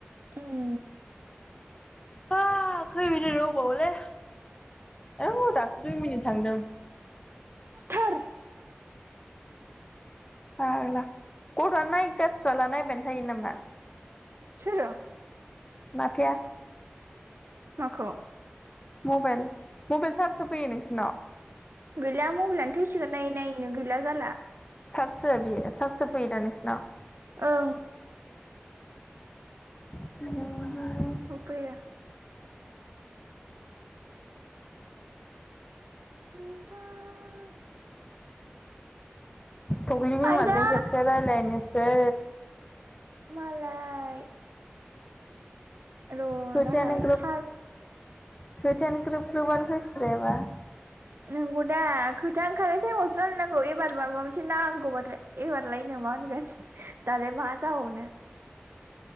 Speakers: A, on the right; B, on the left.
A: उम
B: आ खै मिनिट दंबावोलै औ दासो दुइ मिनिट थांदों
A: थोर
B: हाग्ला गथ'आ नायगास्राला नायबायानो थायो नामा
A: सोरो
B: माफिया
A: माखौ
B: मबाइल मबाइल चार्ज होफैयो नोंसिनाव
A: गैला मबाइलानो थैसिगोन नायै नायैनो गैला जाला
B: चार्ज हो बियो चार्ज होफैयो दा नोंसिनाव
A: ओं
B: आरोहा
A: होफैयो थ'
B: थख्लि बिमाजों
A: आयदै
B: खेबसे रायजलायनोसै
A: मालाय र'
B: खोथायानो
A: दाहाय
B: ग्रोब
A: सार्ज
B: खोथायानो ग्रोब ग्रोबानो होैस्रायबा
A: नंगौ दे खोथा ओंखारनाय टाइमावसो रानलनांगौ एबार माबा मोनसे नांगौबाथाय एबारलायनो मा होनगोन दालाय मा जाबावनो